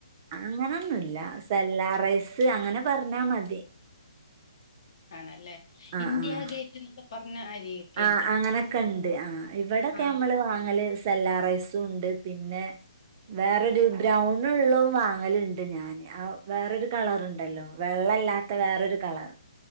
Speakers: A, on the right; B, on the left.
A: അങ്ങനൊന്നുല്ല സെല്ലാ റൈസ് അങ്ങനെ പറഞ്ഞാമതി
B: ആണല്ലേ
A: ആഹ്
B: ഇന്ത്യ
A: ആഹ്
B: ഗേറ്റ് എന്നൊക്കെ പറഞ്ഞ അരിയൊക്കെ
A: ആ
B: ഉണ്ട്
A: അങ്ങനൊക്കെണ്ട് ആഹ് ഇവിടൊക്കെ
B: ആഹ്
A: അമ്മള് വാങ്ങല് സെല്ലാ റൈസുണ്ട് പിന്നെ വേറൊരു ബ്രൗണ്ള്ളും വാങ്ങല്ണ്ട് ഞാൻ ആ വേറൊരു കളറ്ണ്ടല്ലോ വെള്ളല്ലാത്ത വേറൊരു കളർ